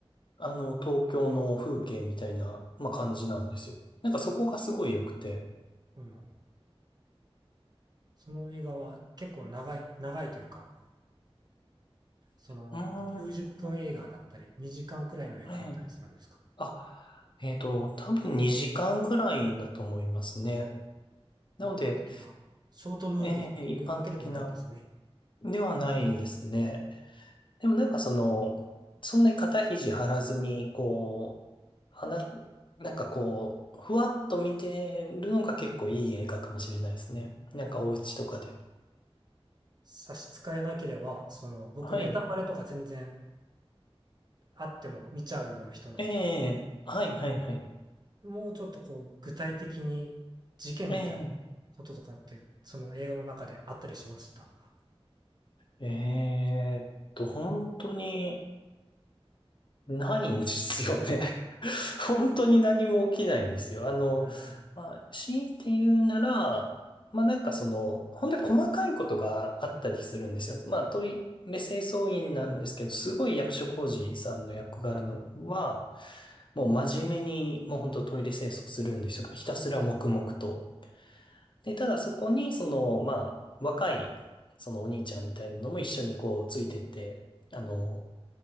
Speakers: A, on the left; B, on the right.
A: あの、東京の風景みたいな、まあ、感じなんですよ。なんかそこがすごい良くて。
B: うん。その映画は結構長い、長いというか、その90分映画だったり、
A: うーん、
B: 2時間くらいの映画だったりするんですか。
A: ええ、あ、えっと、多分2時間ぐらいだと思いますね。
B: うん。
A: なので、
B: 一般的なショートムービーっていうわけでもないんですね。
A: ええ、一般的なではないですね。でもなんかその、そんなに肩肘張らずに、こう、花、なんかこう、ふわっと見てるのが結構いい映画かもしれないですね。なんかお家とかで。
B: 差し支えなければ、その僕ネタバレとか全然
A: はい。
B: あっても見ちゃうような人なんで、
A: ええはいはいはい。
B: もうちょっとこう具体的に事件みたいな
A: ええ
B: こととかって、その映画の中であったりしましたか。
A: ええと、本当に、ないんですよね。<laughs> 本当に何も起きないんですよ。あの、
B: ええ
A: まあ、強いて言うなら、まあなんかその、本当に細かいことがあったりするんですよ。まあトイレ清掃員なんですけど、すごい役所広司さんの役柄のは、もう真面目に、もう本当トイレ清掃するんですよ。ひたすら黙々と。で、ただそこに、その、まあ、若い、そのお兄ちゃんみたいなのも一緒にこうついてって、あの、